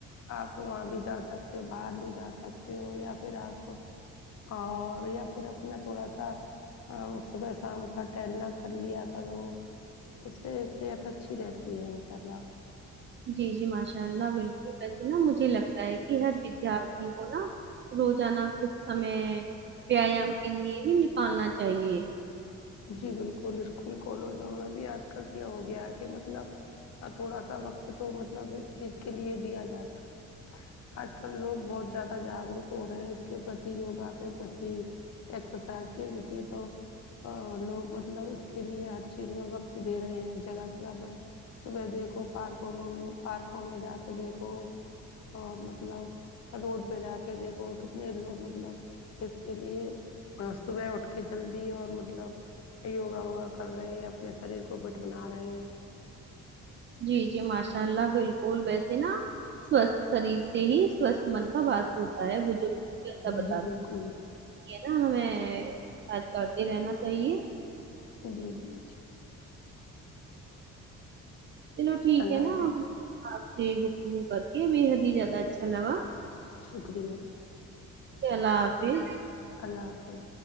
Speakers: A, on the left; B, on the right.
A: آپ وہاں بھی جا سکتے ہو باہر بھی جا سکتے ہو یا پھر آپ اور یا پھر اپنا تھوڑا سا صبح شام کا ٹہلنا کر لیا کرو تو اس سے صحت اچھی رہتی ہے ان شاء اللہ
B: جی جی ماشاء اللہ بالکل ویسے ناں مجھے لگتا ہے کی ہر ودیارتھی کو نا روزانہ کچھ سمے ویایام کے لیے بھی نکالنا چاہیے
A: جی بالکل اسکول کالجوں میں بھی آج کل یے ہو گیا ہے کہ مطلب ہاں تھوڑا سا وقت تو مطلب اس چیز کے لیے دیا جاتا ہے آج کل لوگ بہت زیادہ جاگروک ہو رہے ہیں اس کے پرتی یوگا کے پرتی ایکسرسائز کے پرتی تو اور لوگ مطلب اس کے لیے ہر چیز میں وقت دے رہے ہیں جگہ جگہ پر صبح دیکھو پارکوں میں پارکوں میں جا کے دیکھو اور مطلب روڈ پہ جا کے دیکھو کتنے لوگ مطلب اس کے لیے صبح اٹھ کے جلدی اور مطلب مطلب یوگا ووگا کر رہے ہیں اپنے شریر کو فٹ بنا رہے ہیں
B: جی جی ماشاء اللہ بالکل ویسی ناں سوستھ شریر سے ہی سوستھ من کا باس ہوتا ہے بزرگ ایسا بتا
A: جی بالکل
B: دی ناں ہمیں کاج کرتے رہنا چاہیے
A: جی جی جی
B: چلو ٹھیک
A: اللہ
B: ہے
A: حافظ
B: ناں آپ سے گفتگو کر کے بےحد ہی زیادہ اچھا لگا
A: شکریہ
B: اللہ حافظ
A: اللہ حافظ